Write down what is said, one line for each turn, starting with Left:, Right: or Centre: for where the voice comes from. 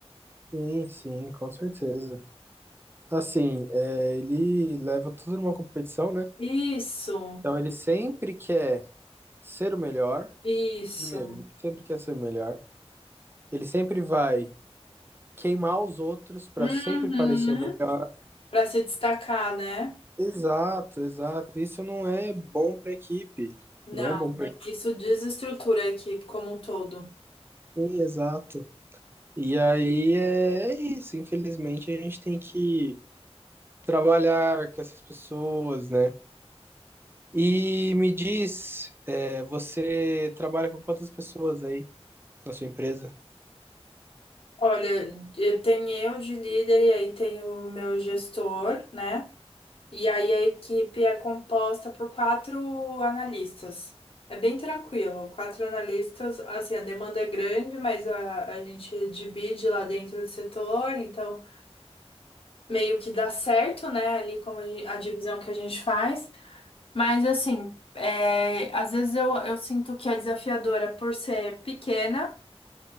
Right: Sim, sim, com certeza. Assim, é, ele leva tudo numa competição, né?
Left: Isso,
Right: Então ele sempre quer ser o melhor.
Left: isso.
Right: Primeiro, ele sempre quer ser o melhor. Ele sempre vai queimar os outros para
Left: Uhum.
Right: sempre parecer o melhor.
Left: Para se destacar, né?
Right: Exato, exato. Isso não é bom para equipe.
Left: Não,
Right: Não é bom para
Left: isso desestrutura a equipe como um todo.
Right: equipe, exato. E aí é, é isso. Infelizmente, a gente tem que trabalhar com essas pessoas, né? E me diz, é, você trabalha com quantas pessoas aí na sua empresa?
Left: Olha, eu tenho eu de líder e aí tem o meu gestor, né? E aí a equipe é composta por quatro analistas. É bem tranquilo, quatro analistas, assim, a demanda é grande, mas a, a gente divide lá dentro do setor, então meio que dá certo, né, ali como a, gen- a divisão que a gente faz. Mas assim, é, às vezes eu, eu sinto que é desafiadora por ser pequena,